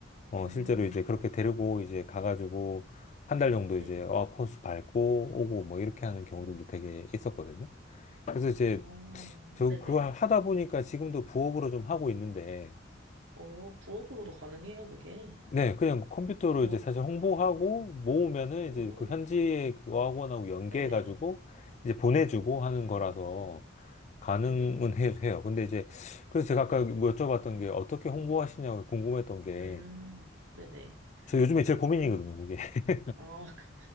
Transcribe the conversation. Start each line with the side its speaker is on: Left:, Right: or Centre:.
Left: 어,
Right: 음,
Left: 실제로 이제 그렇게 데리고 이제 가가지고, 한 달 정도
Right: 네.
Left: 이제 어학 코스 밟고 오고 뭐 이렇게 하는 경우들도
Right: 음.
Left: 되게 있었거든요. 그래서 이제
Right: 오,
Left: 저
Right: 네네.
Left: 그걸 하다 보니까 지금도 부업으로 좀 하고 있는데,
Right: 오, 부업으로도 가능해요, 그게.
Left: 네, 그냥 컴퓨터로
Right: 어,
Left: 이제 사실 홍보하고 모으면은
Right: 오,
Left: 이제 그 현지에 그 학원하고 연계해가지고
Right: 네네.
Left: 이제 보내주고 하는
Right: 어,
Left: 거라서 가능은
Right: 네네.
Left: 해- 해요. 근데 이제 그래서 제가 아까
Right: 네.
Left: 뭐 여쭤봤던 게 어떻게 홍보하시냐고 궁금했던 게
Right: 음, 네네.
Left: 저 요즘에 제일 고민이거든요,
Right: 근,
Left: 그게. <laughs>
Right: 아, <laughs> 그-